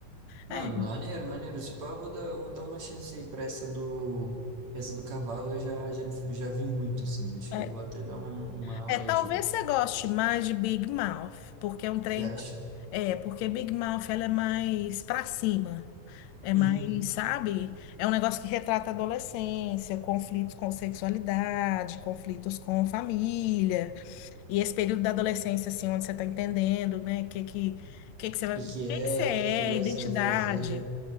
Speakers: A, on the right; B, on the left.
A: Mano,
B: É,
A: maneiro, maneiro. Tipo, ah, eu vou dar, eu vou dar uma chance aí pra essa do, essa do cavalo. Eu já, já, me- fu- já vi muito, assim. Acho
B: é,
A: que eu vou até dar uma, uma
B: é,
A: olhadinha.
B: talvez você goste mais de Big Mouth, porque é um trem.
A: Você acha?
B: É, porque Big Mouth ela é mais pra cima. É
A: Uhum.
B: mais, sabe? É um negócio que retrata a adolescência, conflitos com sexualidade, conflitos com família. E esse período da adolescência, assim, onde você está entendendo, né? O que que, que que você vai,
A: O que que
B: o que
A: é?
B: que você é,
A: O que que vai,
B: identidade.
A: você vai fazer?